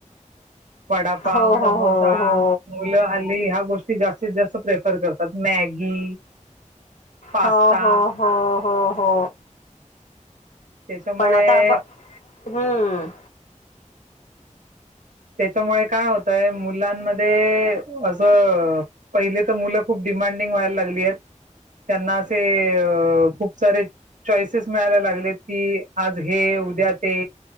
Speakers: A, on the right; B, on the left.
A: वडापाव,
B: हो
A: समोसा,
B: हो हो
A: मुलं हल्ली ह्या गोष्टी जास्तीत जास्त प्रेफर करतात मॅगी, पास्ता
B: हो हो हो हो हो हो
A: त्याच्यामुळे
B: पण आता ब हम्म
A: त्याच्यामुळे काय होतय मुलांमध्ये असं पहिले तर मुलं खूप डिमांडिंग व्हायला लागलीयत त्यांना ते अ खूप सारे चॉईसेस मिळायला लागलेत की, आज हे उद्या ते